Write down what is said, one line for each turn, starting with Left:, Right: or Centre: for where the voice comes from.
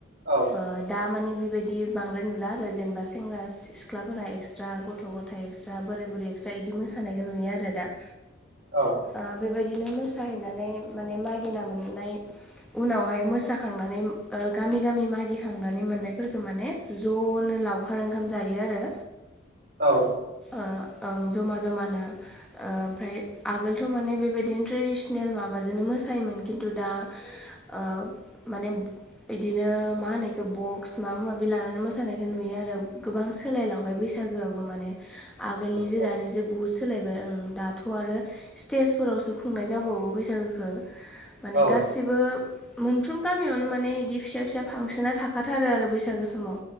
Right: औ
Centre: ओ दा मानि बिबायदि बांद्राय नुला आरो जेनेबा सेंग्रा-सिख्लाफोरा एक्सट्रा ग' थ'-गथाइ एक्सट्रा बोराय-बुरै एक्स्रा इदि मोसानायखौ नुयो आरो दा।
Right: औ
Centre: ओ बेबायदिनो मोसाहैनानै माने मागिना मोननाय उनावहाय मोसाखांनानै ओ गामि गामि मागि खांनानै मोननायफोरखौ माने ज'नो लावखार ओंखाम जायो आरो
Right: औ
Centre: ओ ओं ज'मा ज'मानो ओ ओमफाय आगोलथ' माने बेबायदिनो ट्रेडिसनेल माबाजोंनो मोसायोमोन खिन्थु दा ओ माने बिदिनो मा होनो एखौ बक्स माबा माबि लानानै मोसानायखौ नुयो आरो गोबां सोलायलांबाय बैसागोआबो माने आगोलनि जों
Right: औ
Centre: दानि ओं बु सुंद सोलायबाय ओं दाथ' आरो स्टेजफोरावसो खुंनाय जाबावो बैसागोखो माने
Right: औ
Centre: गासिबो मोनफ्रोम गामियावनो माने बिदि फिसा फिसा फांसना थाखाथारो आरो बैसागो समाव